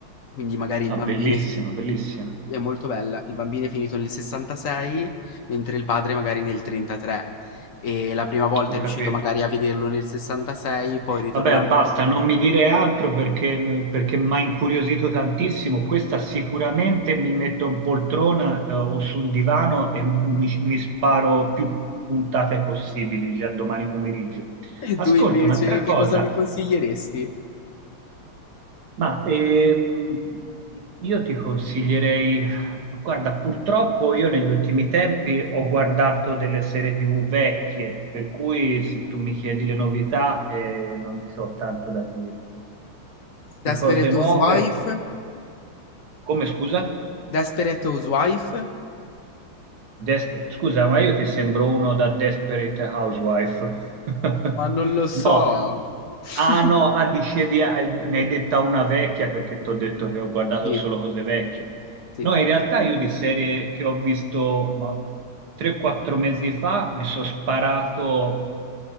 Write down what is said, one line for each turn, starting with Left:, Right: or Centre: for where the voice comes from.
Left: Quindi magari il
Right: Ah,
Left: bambino
Right: bellissima,
Left: è finito
Right: bellissima.
Left: è molto bella. Il bambino è finito nel 66, mentre il padre magari nel 33. E la prima volta
Right: Ho
Left: è riuscito
Right: capito.
Left: magari a vederlo nel 66, poi ritornando.
Right: Vabbè, basta, non mi dire altro perché, perché mi ha incuriosito tantissimo. Questa sicuramente mi metto in poltrona, eh, o sul divano e mi, mi sparo più puntate possibili già domani pomeriggio.
Left: E
Right: Ascolta,
Left: tu invece
Right: un'altra
Left: che
Right: cosa,
Left: cosa mi consiglieresti?
Right: Ma ehm, io ti consiglierei, ma guarda, purtroppo io negli ultimi tempi ho guardato delle serie TV vecchie, per cui se tu mi chiedi le novità eh, non c'ho tanto da dirti.
Left: Desperate
Right: Di cose nuove,
Left: Housewife?
Right: come scusa?
Left: Desperate Housewife?
Right: Des- scusa, ma io ti sembro uno da Desperate Housewife. <laughs>
Left: Ma non lo so.
Right: No,
Left: <laughs>
Right: Ah no, ah, dicevi, ah, ne hai detta una vecchia perché ti ho detto che ho guardato
Left: Sì,
Right: solo cose vecchie.
Left: sì.
Right: No, in realtà io di serie che ho visto ma, 3-4 mesi fa mi sono sparato